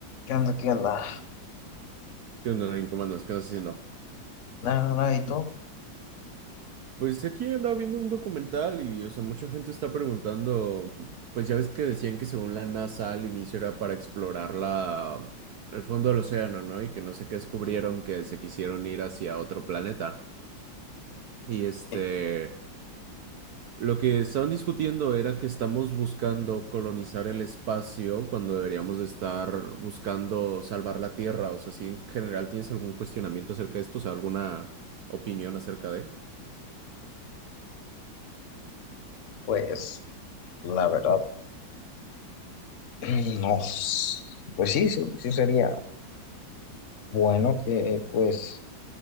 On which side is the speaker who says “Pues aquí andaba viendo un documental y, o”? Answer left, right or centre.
Right